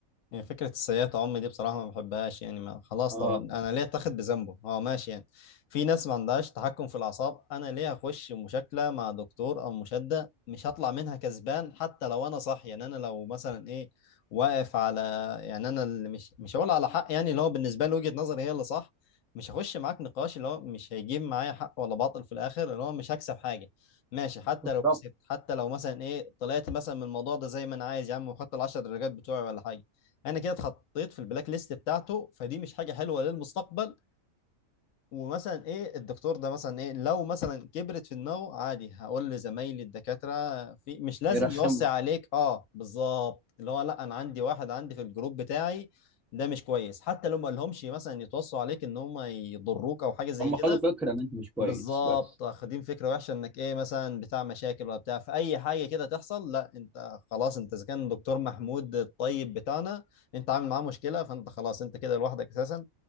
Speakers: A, on the left; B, in the centre.
A: يعني فكرة السيئة عم دي بصراحة ما بحبهاش يعني ما خلاص
B: اه
A: طبعا أنا ليه أتاخد بذنبه هو ماشي يعني في ناس ما عندهاش تحكم في الأعصاب أنا ليه أخش مشاكلة مع دكتور أو مشادة مش هطلع منها كسبان حتى لو أنا صح يعني أنا لو مثلا إيه واقف على يعني أنا اللي مش مش هقول على حق يعني اللي هو بالنسبة لي وجهة نظري هي اللي صح مش هخش معاك نقاش اللي هو مش هيجيب معايا حق ولا باطل في الآخر اللي هو مش هكسب حاجة ماشي حتى
B: بالظبط
A: لو كسبت حتى لو مثلا إيه طلعت مثلا من الموضوع ده زي ما أنا عايز يا عم وخدت العشر درجات بتوعي ولا حاجة انا كده اتحطيت في البلاك ليست بتاعته فدي مش حاجه حلوه للمستقبل ومثلا ايه الدكتور ده مثلا ايه لو مثلا كبرت في دماغه عادي هقول لزمايلي الدكاتره في مش لازم
B: يرخموا
A: يوصي عليك اه بالظبط اللي هو لا انا عندي واحد عندي في الجروب بتاعي ده مش كويس حتى لو ما قالهمش مثلا يتوصوا عليك ان هم يضروك او حاجه زي
B: هم
A: كده
B: خدوا فكره ان انت مش كويس
A: بالظبط
B: بس
A: واخدين فكره وحشه انك ايه مثلا بتاع مشاكل ولا بتاع في اي حاجه كده تحصل لا انت خلاص انت اذا كان دكتور محمود الطيب بتاعنا انت عامل معاه مشكله فانت خلاص انت كده لوحدك اساسا